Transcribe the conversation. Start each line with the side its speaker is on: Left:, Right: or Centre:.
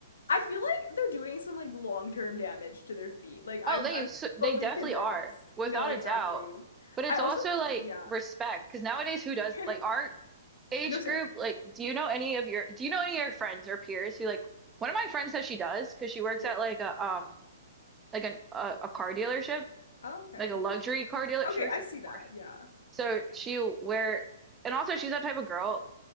Left: I feel like they're doing some like long-term damage to their feet. Like I'm
Right: Oh, they
Left: I'm
Right: s- they
Left: fully
Right: definitely
Left: convinced.
Right: are without
Left: No, exactly.
Right: a doubt. But it's
Left: I also
Right: also like
Left: yeah.
Right: respect because nowadays who does
Left: <laughs>
Right: like our age
Left: No, same.
Right: group like do you know any of your do you know any of your friends or peers who like one of my friends says she does because she works
Left: Yeah.
Right: at like a um like an, a a car dealership
Left: Oh, okay.
Right: like a luxury car dealer
Left: Okay,
Right: she works
Left: I
Right: at
Left: see that.
Right: Porsche
Left: Yeah.
Right: so she'll wear and also she's that type of girl